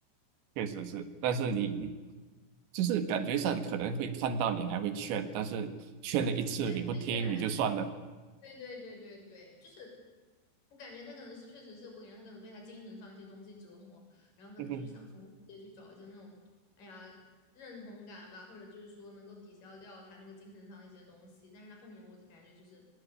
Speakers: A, on the right; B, on the left.
A: 确实是，但是你你就是感觉上可能会看到你还会劝，但是劝了一次你不听你就算了，
B: 对对对，对对对对对，就是我感觉他可能是确实是我感觉他可能被他精神上一些东西折磨，然后可能就是想从外界去找一些那种哎呀认同感吧，
A: <laughs> 哼哼，
B: 或者就是说能够抵消掉他那个精神上一些东西。但是他后面我就感觉就是